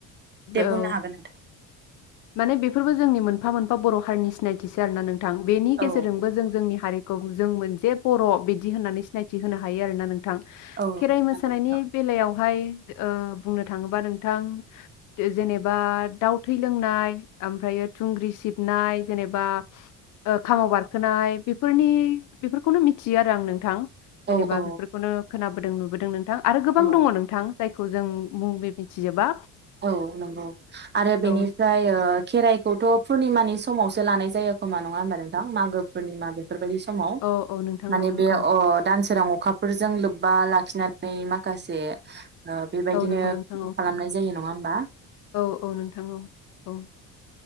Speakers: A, on the right (about 30°); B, on the left (about 60°).
A: दे
B: औ
A: बुंनो हागोन नोंथां
B: माने बेफोरबो जोंनि मोनफा मोनफा बर हारिनि सिनायथिसो आरोना नों थां बेनि गेजेरजोंबो
A: औ
B: जों जोंनि हारिखौ जों मोनसेे बर बिदि होननानै सिनायथि होनो हायो आरोना नोंथां
A: औ
B: खेराइ मोसानायनि
A: नंगौ नोंथां
B: बेलायाव ओमफ्राय ओ बुंनो थाङोबा नोंथां जे जेनेबा दाउ थै लोंनाय ओमफ्रायो थुंग्रि सिबनाय जेनेबा ओ खामाव बारखोनाय बेफोरनि बेफोरखौनो मिथियो आरो आं नोंथां जेनेबा
A: औ औ
B: बेफोरखौनो खोनाबोदों नुबोदों नों थां आरो गोबां
A: औ
B: दङ नोंथां जायखौ जों <unintelligible> मिथिजोबा
A: औ नंगौ आरो बेनिफ्राय
B: औ
A: ओ खेराइखौथ पुरनिमानि समावसो लानाय जायो खोमा नङा होमबा नोंथां मागो पुरनिमा बे फोरबायदि समाव
B: औ औ नोंथां
A: माने
B: औ
A: बे
B: औ
A: अ दान सोरां अखाफोरजों लोब्बा लाखिनानै माखासे ओ बेबायदिनो
B: औ नंगौ नोंथां औ
A: खालामनाय जायो नं ङा होमबा
B: औ औ नोंथां औ औ